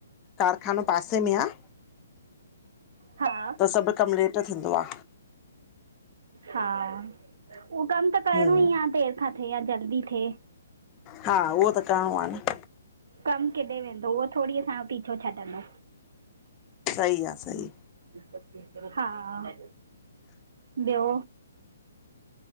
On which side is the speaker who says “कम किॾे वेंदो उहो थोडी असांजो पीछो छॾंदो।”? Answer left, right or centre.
Right